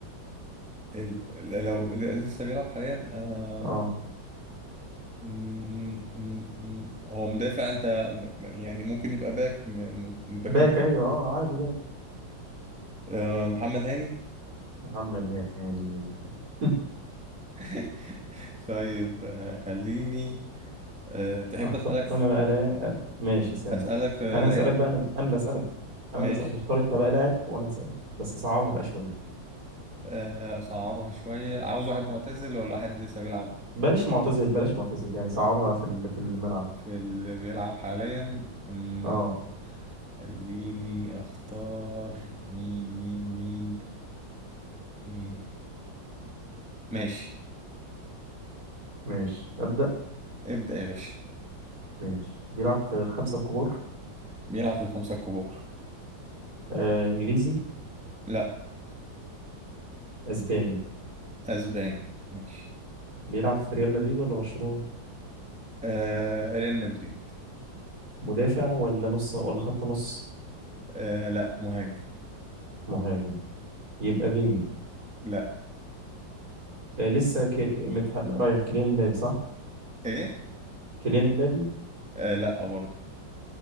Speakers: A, in the centre; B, on the right.
A: ال... ال- لو اللي لسه بيلعب حاليا أنا
B: اه
A: م- م- م- هو مدافع أنت م- يعني ممكن يبقى باك م- م- باكات
B: باك ايوه اه عادي باك
A: آه محمد هاني
B: محمد هاني <laughs>
A: <laughs> طيب آه خليني آه تحب
B: اختار
A: أسألك
B: انا بقى لا آه، ماشي سامي
A: أسألك آه
B: انا
A: لعيب
B: هسالك بقى انا انا اللي اسالك انا
A: ماشي
B: اللي اسالك اختار انت بقى لاعب وانا هسالك بس صعبها بقى شويه
A: آه، أصعبها شوية عاوز واحد معتزل ولا واحد لسه بيلعب
B: بلاش معتزل بلاش معتزل يعني صعبها في ال- في الملعب
A: في اللي بيلعب حاليا أمم،
B: اه
A: خليني أختار مين مين مين مين ماشي
B: ماشي ابدا
A: ابدأ يا باشا
B: ماشي بيلعب في الخمسة الكبار
A: بيلعب في الخمسة الكبار
B: آه إنجليزي
A: لا
B: أسباني
A: أسباني ماشي
B: بيلعب في ريال مدريد ولا برشلونة
A: آه ريال مدريد
B: مدافع ولا نص ولا خط نص
A: آه لا مهاجم
B: مهاجم يبقى فيني
A: لا
B: آه لسه كير... متح... رايح كيليان امبابي صح
A: إيه
B: كيليان امبابي
A: آه لا برضه